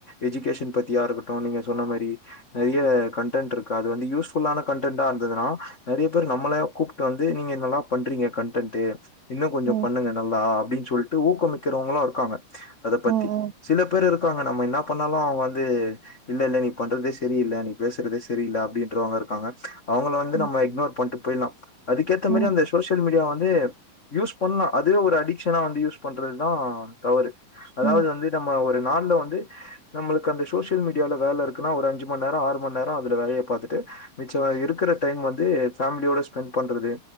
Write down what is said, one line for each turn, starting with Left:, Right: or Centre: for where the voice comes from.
Left: எஜுகேஷன் பத்தியா இருக்கட்டும் நீங்க சொன்ன மாரி நெறைய கன்டென்ட்ருக் க்கு அது வந்து யூஸ்ஃபுல்லான கண்டென்ட்டா இருந்ததுன்னா நெறைய பேர் நம்மளய கூப்ட்டு வந்து நீங்க நல்லா பண்றீங்க கண்டென்ட்டு இன்னும் கொஞ்சோ
Right: ம்
Left: பண்ணுங்க நல்லா அப்டின்னு சொல்ட்டு ஊக்கம் மிக்கறவங்களு இருக்காங்க அத பத்தி
Right: ம்
Left: சில பேர் இரு க்காங்க நம்ம என்ன பண்ணாலு அவங்க வந்து இல்ல இல்ல நீ பண்றதே செரியில்ல நீ பேசுறதே செரியில்ல அப்டின்றவங்க இருக்காங்க அவங்கள வந்து
Right: ம் ம்
Left: நம்ம இக்னோர் பண்ட்டு போயிலா அதுக்கேத்த
Right: ம்
Left: மரி அந்த சோஷியல் மீடியா வந் து யூஸ் பண்லா அதுவே ஒரு அடிக்ஷனா வந்து யூஸ் பண்றது தா தவறு அதாவது
Right: ம்
Left: வந்து நம்ம ஒரு நாள்ல வந்து நம்ளுக்கு அந்த சோஷியல் மீடியால வேல இருக்குனா ஒரு அஞ்சு மண் நேரொ ஆறு மண் நேரொ அதுல வேலைய பாத்துட்டு மிச்சம் இருக்குற டைம் வந்து ஃபமிலியோட ஸ்பெண்ட் பண்றது